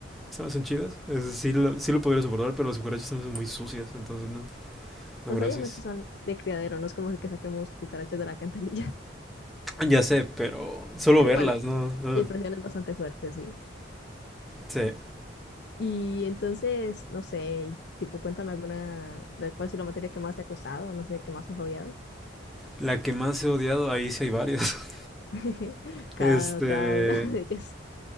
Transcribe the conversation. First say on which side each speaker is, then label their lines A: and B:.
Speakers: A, in the centre; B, on the left.
A: se me hacen chidas. Es, decir, sí, lo, sí lo podría soportar, pero las cucarachas se me hacen muy sucias, entonces no, no,
B: Pues
A: gracias.
B: obviamente son de criadero, no es como que saquemos cucarachas de la alcantarilla,
A: Ya sé, pero
B: <laughs>
A: solo
B: pero
A: verlas,
B: igual,
A: ¿no? Ugh.
B: la impresión es bastante fuerte, sí.
A: sí,
B: Y entonces, no sé, tipo, cuéntame alguna, de cuál ha sido la materia que más te ha costado, no sé, que más has odiado.
A: la que más he odiado, ahí sí hay varias. <laughs>
B: <laughs> Cada,
A: Este,
B: cada una <laughs> de ellas